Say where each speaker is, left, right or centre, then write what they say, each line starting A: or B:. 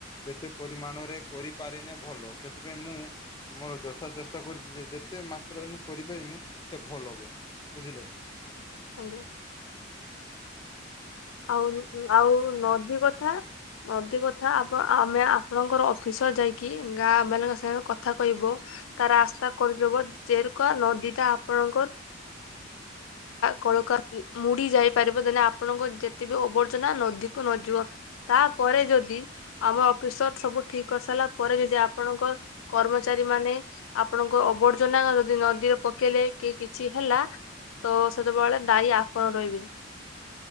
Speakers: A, on the left (about 20°); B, on the left (about 80°).
A: ଯେତେ ପରିମାଣରେ କରିପାରିନେ ଭଲ ସେଥିପାଇଁ ମୁଁ ମୋର ଯଥା ଚେଷ୍ଟା କରୁଛି ଯେ ଯେତେ ମାତ୍ରାରେ ମୁଁ କରିପାରିବି ସେ ଭଲ ହେବ ବୁଝିଲେ?
B: ଆଜ୍ଞା। ଆଉ ଆଉ ନଦୀ କଥା ନଦୀ କଥା ଆପଣ ଆମେ-ଆପଣଙ୍କର ଅଫିସ ଯାଇକି ଗାଁ ମଲାଙ୍କ ସାଙ୍ଗରେ କଥା କହିବ। ତାର ରାସ୍ତା କରିଦବ ଯେରୁକା ନଦୀ ଟା ଆପଣଙ୍କର କଳକା ମୁଡି ଯାଇ ପାରିବ ଦେନେ ଆପଣଙ୍କ ଯେତେବି ଅବର୍ଜନା ନଦୀକୁ ନଯିବ। ତାପରେ ଯଦି ଆମ ଅଫିସର ସବୁ ଠିକ କରିସାରିଲା ପରେ ଯଦି ଆପଣଙ୍କ କର୍ମଚାରୀ ମାନେ ଆପଣଙ୍କ ଆବର୍ଜନା ଯଦି ନଦୀରେ ପକେଇଲେ କି କିଛି ହେଲା ତ ସେତେବେଳେ ବଳେ ଦାୟୀ ଆପଣ ରହିବେ।